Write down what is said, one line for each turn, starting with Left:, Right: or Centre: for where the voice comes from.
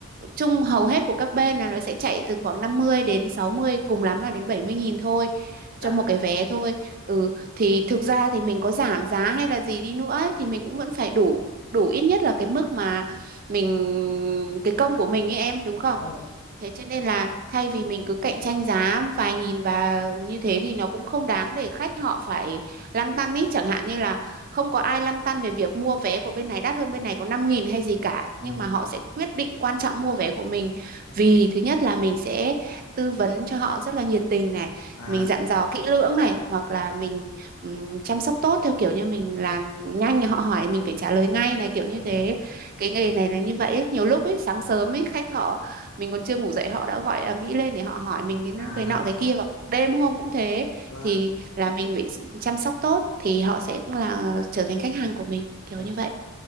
Right: chung hầu hết của các bên là nó sẽ chạy từ khoảng 50 đến sáu mươi cùng lắm là đến bảy mươi nghìn thôi
Left: dạ,
Right: cho một cái vé thôi ừ thì thực ra thì mình có giảm giá hay là gì đi nữa ấy, thì mình cũng vẫn phải đủ đủ ít nhất là cái mức mà mình cái công của mình ấy em đúng không
Left: dạ vâng ạ.
Right: Thế cho nên là thay vì mình cứ cạnh tranh giá vài nghìn và như thế thì nó cũng không đáng để khách họ phải lăn tăn ý. Chẳng hạn như là không có ai lăn tăn về việc mua vé của bên này đắt hơn bên này có năm nghìn hay gì cả.
Left: Ừ,
Right: Nhưng mà họ sẽ quyết định quan trọng mua vé của mình. Vì thứ nhất là mình sẽ tư vấn cho họ rất là nhiệt tình này.
Left: à,
Right: Mình dặn dò kỹ lưỡng này. Hoặc là mình ừm, chăm sóc tốt theo kiểu như mình làm nhanh họ hỏi mình phải trả lời ngay này kiểu như
Left: dạ,
Right: thế.
Left: dạ,
Right: Cái nghề này là như vậy ấy. Nhiều lúc ấy, sáng sớm ấy khách họ mình còn chưa ngủ dậy họ đã gọi ầm ĩ lên để họ hỏi mình cái
Left: à,
Right: cái nọ cái kia hoặc đêm hôm cũng thế
Left: vâng
Right: thì
Left: ạ,
Right: là mình phải chăm sóc tốt thì họ sẽ là trở thành khách hàng của mình kiểu
Left: dạ,
Right: như vậy